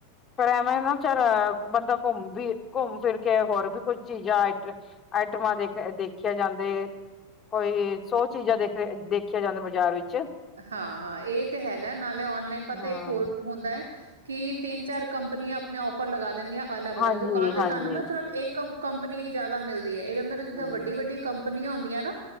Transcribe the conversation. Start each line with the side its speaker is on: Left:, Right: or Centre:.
Left: ਪਰ ਐਵੇਂ ਨਾਲ ਚਲ, ਬੰਦਾ ਘੁੰਮ ਵੀ ਘੁੰਮ ਫਿਰ ਕੇ ਹੋਰ ਵੀ, ਕੁਝ ਚੀਜ਼ਾਂ ਆਈਟਮਾਂ ਦੇਖ, ਦੇਖਿਆ ਜਾਂਦੇ। ਕੋਈ ਸੌ ਚੀਜ਼ਾਂ ਦੇਖ ਦੇਖੀਆਂ ਜਾਂਦੀਆਂ ਬਾਜ਼ਾਰ ਵਿੱਚ।
Right: ਹਾਂ ਹਾਂ ਇਹ ਤੇ ਹੈਗਾ ਨਾਲੇ ਔਨਲਾਈਨ ਪਤਾ
Left: ਹਾਂ,
Right: ਇੱਕ ਹੋਰ ਹੁੰਦਾ ਹੈ ਕਿ ਤਿੰਨ ਚਾਰ ਕੰਪਨੀਆਂ ਔਫਰ ਲਗਾ ਦੇਂਦਿਆ ਅਲੱਗ ਅਲੱਗ
Left: ਹਾਂਜੀ-ਹਾਂਜੀ।
Right: ਦੁਕਾਨ ਤੇ ਤੁਹਾਨੂੰ ਨਾ ਸਿਰਫ ਇੱਕ ਕੰਪਨੀ ਜ਼ਿਆਦਾ ਮਿਲਦੀ ਹੈ ਇਹਦੇ ਅੰਦਰ ਜਿੱਦਾਂ
Left: ਹੂੰ,
Right: ਵੱਡੀ-ਵੱਡੀ ਕੰਪਨੀਆਂ ਹੁੰਦੀਆਂ ਨਾ